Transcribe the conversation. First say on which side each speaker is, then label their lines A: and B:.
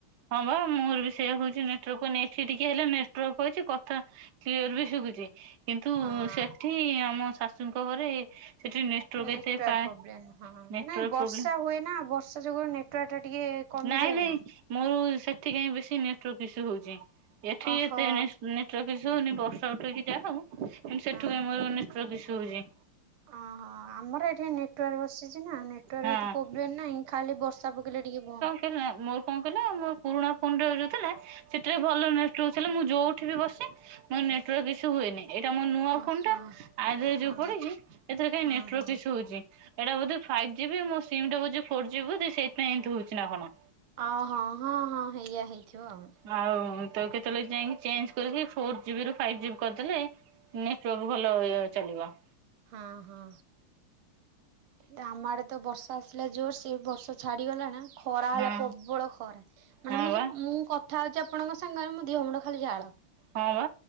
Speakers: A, on the right; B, on the right.
A: ହଁ ବା ମୋର ବି ସେୟା ହଉଛି ନେଟୱର୍କ୍ ଏଠି ପାଉଛି ଟିକେ ହେଲେ ନେଟାୱର୍କ୍ ଅଛି କଥା କ୍ଲିୟର ବି ଶୁଭୁଛି କିନ୍ତୁ
B: ହଁ।
A: ସେଠି ଆମ ଶାଶୁଙ୍କ ଘରେ ସେଠି
B: ନେଟୱାର୍କ
A: ଏତେ ପାଏ
B: ପ୍ରୋବ୍ଲେମ୍ ହଁ
A: ନେଟୱାର୍କ
B: ନାଇଁ ବର୍ଷା
A: ପ୍ରୋବ୍ଲେମ
B: ହୁଏ ନା ବର୍ଷା ଯୋଗୁ ନେଟୱାର୍ ଟା ଟିକେ କମିଯାଏ
A: ନାଇଁ ନାଇଁ
B: ନା।
A: ମୋର ସେଠି କାଇଁ ବେଶୀ ନେଟୱାର୍କ ଇସ୍ୟୁ ହୋଉଚି। ଏଠି
B: ଓହୋ।
A: ସେ ନେସ୍ ନେ ନେଟୱର୍କ ଈଶୁ ହଉନି ବର୍ଷା ଉଠେଉକି ଯାହା ହଉ କିନ୍ତୁ ସେଠୁ
B: ହଁ
A: ମୋର ନେଟୱର୍କ ଈସୁ ହଉଛି।
B: ଅହ ଆମର ଏଠି ନେଟୱାର୍କ ବସିଛି ନା ନେ ଟେୱାରେ
A: ହଁ।
B: ଏତେ ପୋବ୍ଲେମ୍ ନାଇଁ ଖାଲି ବର୍ଷା ପକେଇଲେ ଟିକେ ବନ୍ଦ।
A: ହିନେ ମୋର କଣ କହିଲ ମୋ ପୁରୁଣା ଫୋନ ଯୋ ଯୋଉ ଥିଲା ସେଥିରେ ଭଲ ନେଟୱା ସେଲେ ମୁଁ ଯଉଠି ବି ବସେ ମୋ ନେଟୱାର୍କ ଇସୁ ହୁଏନି। ଏଇଟା ମୋ ନୂଆ
B: ଓହୋ
A: ଫୋନ ଟା ଆ ଯେ ଯୋଉ
B: ହଁ
A: ପଡ଼ିକି ଏଥିରେ କାଇଁ
B: ହଁ
A: ନେଟୱାର୍କ
B: ହଁ।
A: ଇସୁ ହୋଉଚି। ଏଇଟା ବୋଧେ ଫାଇବ୍ ଜି ବି ମୋ ସିମ ଟା ବୋଯେ ଫୋର ଜିବି ବୋଦେ ସେଇଥିପାଇଁ ଏମିତି ହଉଛି ନା କଣ।
B: ଓହଁ ହଁ ହଁ ହେଇଆ ହେଇଥିବ ଆଉ।
A: ଆଉ ତ କେତେବେଳେ ଯାଇଙ୍କ୍ ଚେଞ୍ଜ୍ କରିକି ଫୋର୍ ଜିବ ରୁ ଫାଇଭ ଜିବ କରିଦେଲେ ନେଟୱାର୍ ସୁ ଭଲ ଇଏ ଚାଲିବ।
B: ହଁ ହଁ। ତାମ ଆଡ଼େ ତ ବର୍ଷା ଆସିଲା ଜୋର୍ ସେ ବର୍ଷା ଛାଡ଼ିଗଲାଣା ଖରା
A: ହଁ
B: ହେଲା ପବଳ ଖରା ମାନେ
A: ହଁ
B: ମୁଁ
A: ବା
B: ଯଉ ମୁଁ କ ଥା ହେଉଛି ଆପଣଙ୍କ ସାଙ୍ଗରେ ମୁଁ ଦିହ ମୁଣ୍ଡ ଖାଲି ଝାଳ।
A: ହଁ ବା